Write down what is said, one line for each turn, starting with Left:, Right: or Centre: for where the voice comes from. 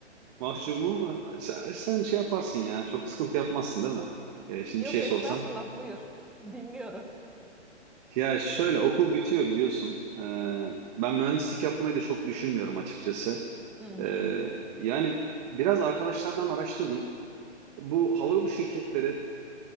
Right: mahcubum ama sen, sen şey yaparsın ya çok sıkıntı yapmazsın değil mi? E, şimdi
Centre: yok
Right: bir şey
Centre: estağfurullah
Right: sorsam.
Centre: buyur. <laughs> Dinliyorum.
Right: Ya şöyle okul bitiyor biliyorsun. E, ben mühendislik yapmayı da çok düşünmüyorum açıkçası.
Centre: Hı hı.
Right: E, yani biraz arkadaşlardan araştırdım. Bu havayolu şirketleri